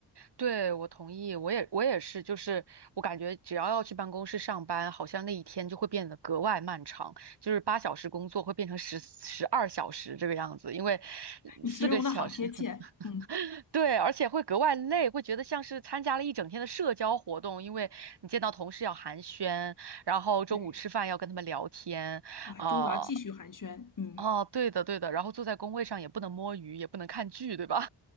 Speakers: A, on the right; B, on the left.
A: 对，我同意，我也我也是，就是我感觉只要要去办公室上班，好像那一天就会变得格外漫长，就是八小时工作会变成十十二小时这个样子，因为
B: 你形容的好贴切。
A: 四个小时，<laughs>
B: 嗯，
A: 对，而且会格外累，会觉得像是参加了一整天的社交活动，因为你见到同事要寒暄，然后中午吃饭要跟他们聊天，
B: 对，哇，
A: 啊、
B: 中午要继续寒暄。嗯。
A: 哦，对的对的，然后坐在工位上也不能摸鱼，也不能看剧，对吧？